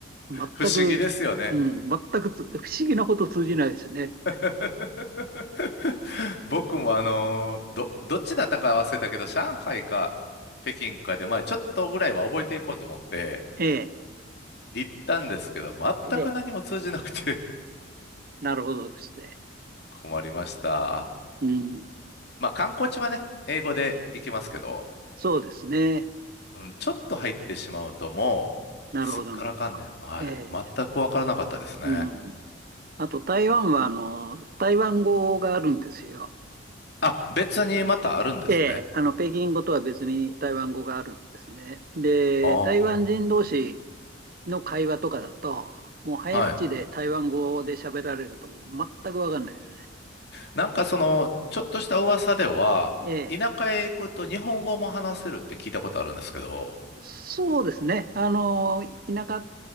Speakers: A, on the right (about 50°); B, on the left (about 55°).
A: 全く、
B: 不思議ですよね。
A: うん、全くつ不思議なこと通じないですね。
B: <laughs> 僕もあのーど、どっちだったか忘れたけど、上海か北京かで、まあちょっとぐらいは覚えていこうと思って
A: ええ、
B: 行ったんですけど、全く何も通じなくて
A: ええ、なるほどですね。
B: <laughs> 困りました。
A: うん、
B: まあ観光地はね、英語で行きますけど、
A: そうですね。
B: うん、ちょっと入ってしまうともう、
A: なるほどなるほど。
B: すっからかんで、はい。
A: ええ、
B: 全くわからなかったですね。
A: うん。あと台湾はあの台湾語があるんですよ。
B: あ、別にまたあるんですね。
A: ええ、あの北京語とは別に台湾語があるんですね。で、
B: あ
A: 台湾人同士
B: あ、
A: の会話とかだと、もう早口で台湾語で喋られるともう全く分かんないですね。
B: はい。なんかその、ちょっとした噂では、
A: ええ、
B: 田舎へ行くと日本語も話せるって聞いたことあるんですけど、
A: そうですね。あの、田舎